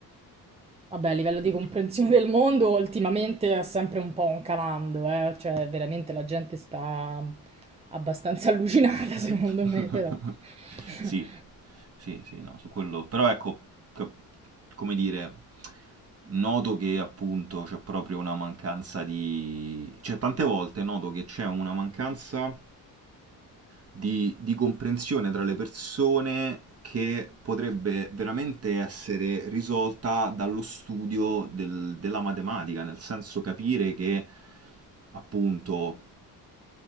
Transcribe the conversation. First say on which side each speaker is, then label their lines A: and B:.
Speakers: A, on the right; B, on the right.
A: Vabbè, a livello di
B: E-
A: comprensione del mondo, ultimamente è sempre un po' un calando, eh? Cioè, veramente la gente sta abbastanza allucinata,
B: <laughs>
A: <laughs> secondo me, però. <laughs>
B: Sì, sì, sì, no, su quello. Però ecco, cap- come dire, noto che appunto c'è proprio una mancanza di... Cioè, tante volte noto che c'è una mancanza di, di comprensione tra le persone che potrebbe veramente essere risolta dallo studio del- della matematica, nel senso capire che appunto